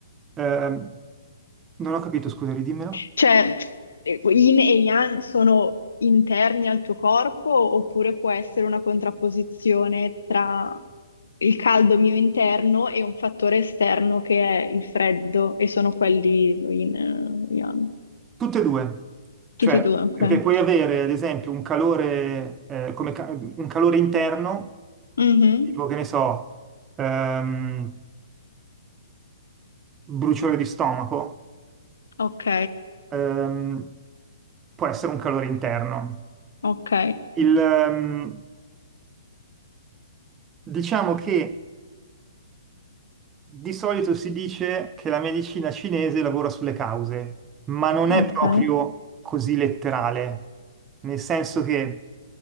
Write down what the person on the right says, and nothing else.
ehm, non ho capito, scusa, ridimmelo.
Tutte e due,
cioè,
perché puoi avere ad esempio un calore, eh, come ca- un calore interno,
tipo che ne so, ehm, bruciore di stomaco
ehm, può essere un calore interno.
Il, ehm, diciamo che di solito si dice che la medicina cinese lavora sulle cause, ma non
è proprio così letterale, nel senso che